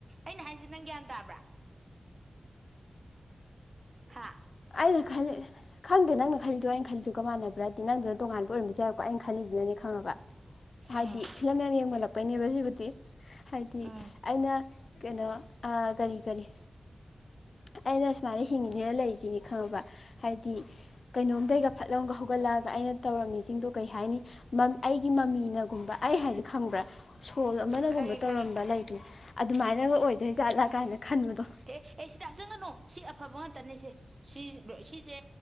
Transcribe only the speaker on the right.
ꯑꯩꯅ ꯍꯥꯏꯖꯤ ꯅꯪ ꯒ꯭ꯌꯥꯟ ꯇꯥꯕ꯭ꯔꯥ ꯍꯥ
ꯎꯝ
ꯎꯝ
ꯈꯪꯉꯦ
ꯈꯪꯉꯦ
ꯇꯦ ꯑꯦ ꯁꯤꯗ ꯍꯥꯞꯆꯟꯒꯅꯣ ꯁꯤ ꯑꯐꯕ ꯉꯥꯛꯇꯅꯦꯁꯦ ꯁꯤ ꯂꯣꯏ ꯁꯤꯖꯦ